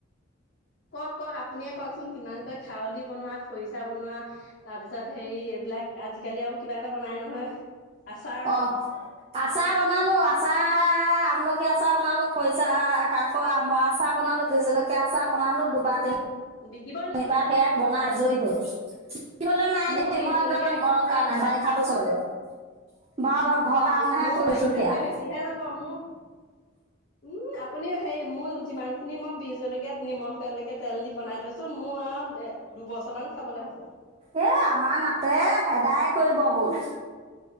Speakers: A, on the left (about 50°); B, on the right (about 30°).
A: কওঁক কওঁক আপুিয়ে কওঁকচোন কিমান কয়। খাউলি বনোৱা, খৰিচা বনোৱা তাৰ পিছত হেৰি এইবিলাক আজিকালি আৰু কিবা এটা বনাই নহয়। আচাৰ
B: অ' আছাৰ বনালোঁ আছাৰ আমলখি আচাৰ বনালোঁ, খৰিচাহ আকৌ আমৰ আচাৰ বনালোঁ, বিহ জলকীয়া আছাৰ বনালোঁ দুবাৰ তিনি
A: বিকিব নেকি
B: এইবা সেয়া বনাই আজৰি হল। বেছিবলৈ নাই
A: মোৰ
B: দেই
A: বিহ
B: মই
A: জলকীয়া
B: একদম ঘৰৰ
A: পুৰা
B: কাৰণে
A: বনাই
B: বাৰিষাটো চলিব। বাৰু বাৰু ঘৰৰ কাৰণেহে
A: মোৰৰ
B: কৰিছো
A: বাৰিষাতকে
B: সেয়া
A: বেছিহে যাব মোৰ ওম আপুনিও হেৰি মোৰ যিমানখিনি মই বি জলকীয়াত নিমখ এনেকে তেল দি বনাই থৈছোঁ মোৰ আও। এ দুবছৰ মান খাবলে হ'ব।
B: এ আমাৰ নাটে এদাই কৰিব হল।